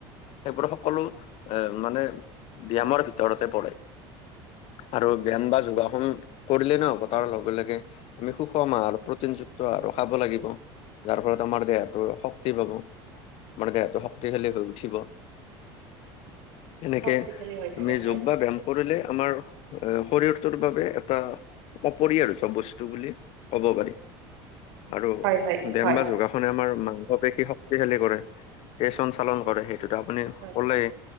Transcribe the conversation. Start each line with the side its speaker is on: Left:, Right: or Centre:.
Left: সেইবোৰ সকলো এ, মানে ব্যায়ামৰ
Right: হয়।
Left: ভিতৰতে পৰে। আৰু ব্যায়াম বা যোগাসন কৰিলে ন
Right: হয়
Left: তাৰ লগে লগে আমি সুষম আহাৰ প্ৰটিনযুক্ত আৰু খাব লাগিব। যাৰ ফলত আমাৰ দেহাটো শক্তি পাব, আমাৰ দেহাটো শক্তিশালী হৈ উঠিব। এনেকে
Right: শক্তিশালী হৈ থাকে
Left: আমি
Right: হয়।
Left: যোগ বা ব্যায়াম কৰিলে, আমাৰ শৰীৰটোৰ বাবে এটা অপৰিহাৰ্য বস্তু বুলি ক'ব পাৰি। আৰু
Right: হয় হয়
Left: ব্যায়াম
Right: হয়।
Left: বা যোগাস নে আমাৰ মাংস পেশী শক্তিশালী কৰে, তেজ সঞ্চালন কৰে। সেইটো আপুনি
Right: হয়
Left: কলেই,